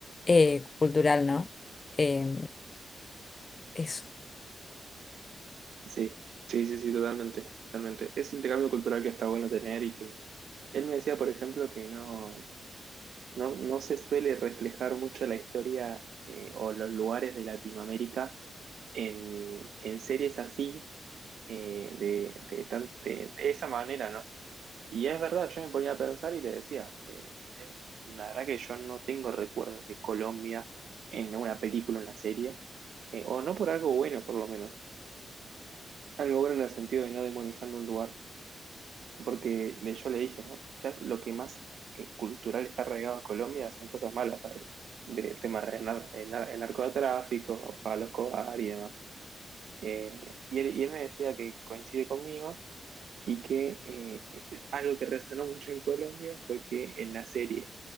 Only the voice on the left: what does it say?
eh, cultural, ¿no? Eh, eso.